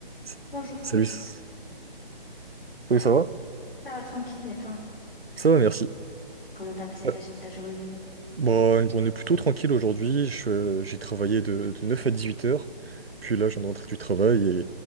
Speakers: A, on the right (about 85°); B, on the left (about 65°).
A: S-
B: Bonjour, ça
A: Salut, s- Oui, ça va?
B: va tranquille et toi?
A: ça va, merci.
B: Comment t'as passé
A: Ouais.
B: ta, ta journée?
A: Bon, une journée plutôt tranquille aujourd'hui. Je- J'ai travaillé de, de 9 à huit heures. Puis là, je viens de rentrer du travail